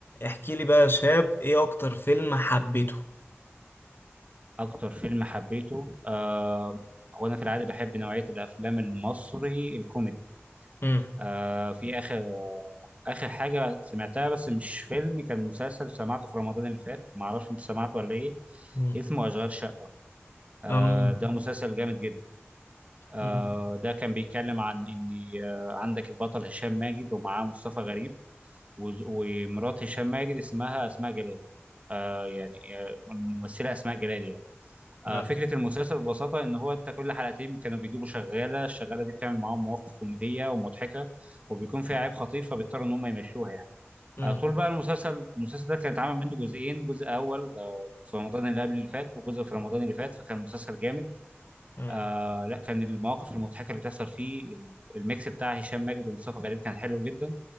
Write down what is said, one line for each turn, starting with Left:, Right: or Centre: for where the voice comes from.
Left: احكي لي بقى يا شاب ايه اكتر فيلم حبيته
Right: أكتر فيلم حبيته آه هو أنا في العادة بحب نوعية الأفلام المصري الكوميدي
Left: امم
Right: آه في آخر آخر حاجة سمعتها بس مش فيلم كان مسلسل سمعته في رمضان اللي فات معرفش أنت سمعته ولا إيه
Left: امم
Right: اسمه أشغال شقة آه
Left: اه
Right: ده مسلسل جامد جدا آه
Left: امم
Right: ده كان بيتكلم عن إن آه عندك البطل هشام ماجد ومعاه مصطفى غريب وز- ومرات هشام ماجد اسمها أسماء جلال آه يعني آه الممثلة أسماء جلال يعني
Left: نعم
Right: آه، فكرة المسلسل ببساطة إن هو أنت كل حلقتين كانوا بيجيبوا شغالة، الشغالة دي بتعمل معاهم مواقف كوميدية ومضحكة وبيكون فيها عيب خطير فبيضطروا إن هم يمشوها يعني.
Left: امم
Right: آه، طول بقى المسلسل المسلسل ده كان اتعمل منه جزئين، جزء أول آه، في رمضان اللي قبل اللي فات وجزء في رمضان اللي فات فكان مسلسل جامد.
Left: امم
Right: آه لا كان المواقف المضحكة اللي بتحصل فيه الميكس بتاع هشام ماجد ومصطفى غريب كان حلو جدا.